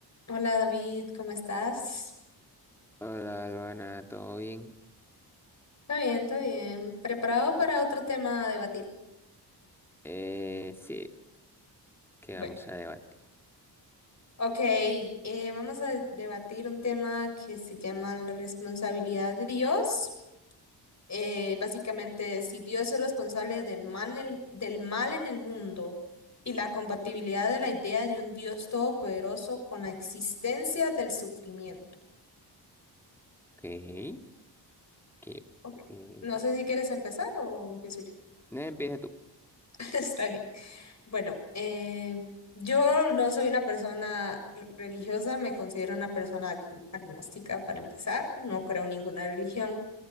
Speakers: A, on the left; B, in the centre.
A: Hola David, ¿cómo estás?
B: Hola, Luana, ¿todo bien?
A: Está bien, está bien. ¿Preparado para otro tema a debatir?
B: Eh, sí, que
A: Bueno,
B: vamos a debatir.
A: ok, eh, vamos a de- debatir un tema que se llama la responsabilidad de Dios. Eh, básicamente, si Dios es responsable del mal, en- del mal en el mundo y la compatibilidad de la idea de un Dios todopoderoso con la existencia del sufrimiento.
B: Ok, que
A: Ok.
B: eh,
A: No sé si quieres empezar o empiezo yo.
B: no, empieza tú.
A: <laughs> Está bien. Bueno, eh, yo no soy una persona r- religiosa, me considero una persona ag- agnóstica para empezar, no creo en ninguna religión.